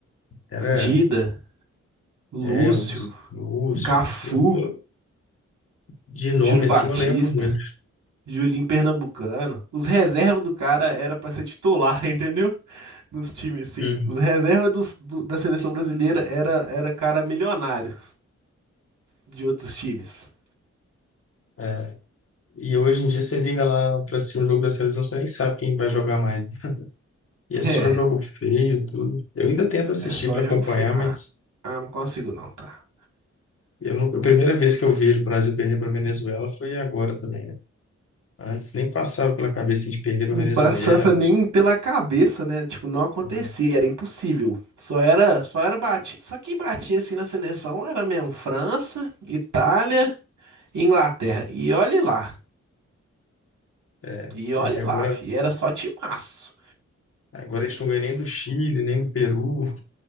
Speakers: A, on the left (about 50°); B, on the right (about 80°).
A: era
B: Dida, Lúcio,
A: é, o Z- Lúcio.
B: Cafu.
A: Eu, eu- de nome
B: Júlio Batista,
A: assim eu lembro muito.
B: Julinho Pernambucano. Os reservas do cara era pra ser titular, <laughs> entendeu? Nos times, sim.
A: Hum.
B: Os reservas dos- do- da seleção brasileira era, era cara milionário de outros times.
A: É, e hoje em dia você liga lá para assistir um jogo da seleção, você nem sabe quem vai jogar mais. E é
B: É,
A: só jogo feio, tudo. Eu ainda tento assistir
B: é só
A: para
B: jogo
A: acompanhar,
B: feio. Ah,
A: mas
B: ah, não consigo não, tá?
A: eu não- a primeira vez que eu vejo o Brasil perder para Venezuela foi agora também, né? Antes nem passava pela cabeça de perder para
B: Não
A: Venezuela.
B: passava nem pela cabeça, né? Tipo, não acontecia,
A: né?
B: era impossível. Só era, só era bati, só quem batia assim na seleção era mesmo França, Itália, e Inglaterra. E olhe lá.
A: É,
B: E
A: E
B: olha
A: aí agora
B: lá, fi, era só timaço.
A: Agora a gente não ganha nem do Chile, nem do Peru,